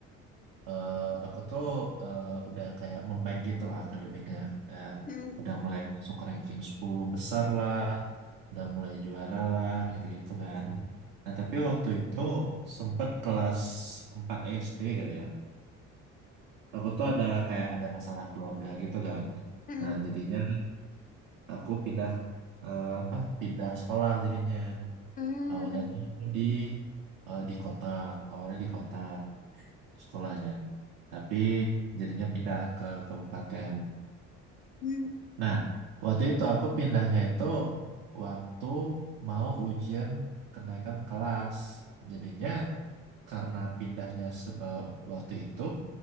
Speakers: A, on the right; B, on the left.
A: eh, aku tuh eh, udah kayak membaik gitu lah akademiknya. Kayak
B: Hmm.
A: udah mulai masuk ranking 10 besar lah, udah mulai juara lah, gitu-gitu kan. Nah, tapi waktu itu sempat kelas 4 SD kali ya. Aku tuh ada kayak ada masalah keluarga gitu kan.
B: Hmm.
A: Nah, jadinya aku pindah eh, apa pindah sekolah jadinya
B: Hmm.
A: Awalnya tuh aku di eh, di kota, awalnya di kota sekolahnya. Tapi jadinya pindah ke kabupaten.
B: Hmm.
A: Nah, waktu itu aku pindahnya itu waktu mau ujian kenaikan kelas. Jadinya karena pindahnya sebab waktu itu,